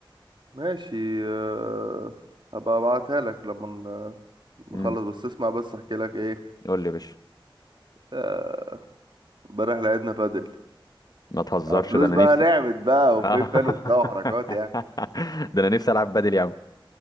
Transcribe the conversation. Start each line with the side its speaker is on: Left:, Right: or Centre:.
Right: ماشي آه، هبقى ابعتها لك لما ن-
Left: امم
Right: نخلص بس اسمع بس احكي لك ايه
Left: قول لي يا باشا
Right: آه، امبارح لعبنا بادل
Left: ما تهزرش
Right: على فلوس
Left: ده انا
Right: بقى
Left: نفسي
Right: نعمت بقى
Left: آه.
Right: وفي بال وبتاع وحركات يعني
Left: <laughs> ده انا نفسي العب بدل يا عم